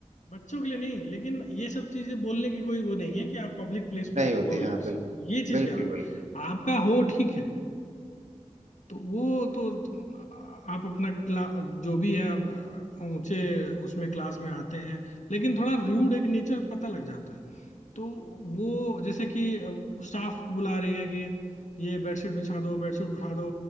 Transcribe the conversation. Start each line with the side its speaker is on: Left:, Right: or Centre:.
Left: बच्चों के लिए नहीं लेकिन ये सब चीजें बोलने की कोई वो नहीं है कि आप पब्लिक प्लेस पे
Right: नहीं
Left: आप
Right: होती
Left: बोल रहे
Right: हाँ
Left: हो किसी
Right: बिल्कुल
Left: को ये चीज
Right: बिल्कुल
Left: कह रहा हूँ
Right: बिल्कुल
Left: आपका हो ठीक है तो वो तो आप अपना क्ला जो भी है आप अ, ऊंचे उसमें क्लास में आते हैं लेकिन थोड़ा र्यूड एक नेचर पता लग जाता है तो वो जैसे कि स्टाफ बुला रही है कि ये बेडशीट बिछा दो बेडशीट उठा दो